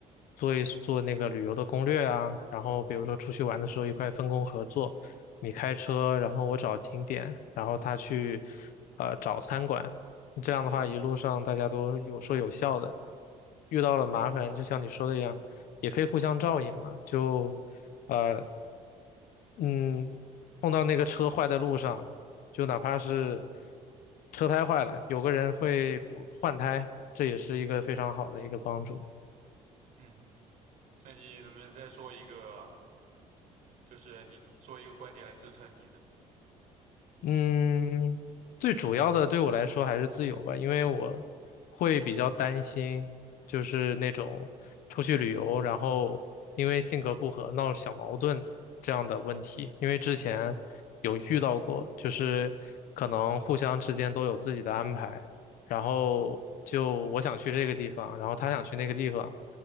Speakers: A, on the left; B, on the right.
A: 做一做那个旅游的攻略啊，然后比如说出去玩的时候一块分工合作，你开车，然后我找景点，然后他去呃找餐馆，这样的话一路上大家都有说有笑的，
B: 嗯
A: 遇到了麻烦就像你说的一样。也可以互相照应嘛，就呃嗯，碰到那个车坏在路上，就哪怕是车胎坏了，有个人会补换胎，这也是一个非常好的一个帮助。
B: 嗯，那你能不能再说一个，就是你说一个观点来支撑你呢？
A: 嗯，最主要的对我来说还是自由吧，因为我会比较担心，就是那种出去旅游，然后因为性格不合闹小矛盾这样的问题。因为之前有遇到过，就是可能互相之间都有自己的安排，然后就我想去这个地方，然后他想去那个地方，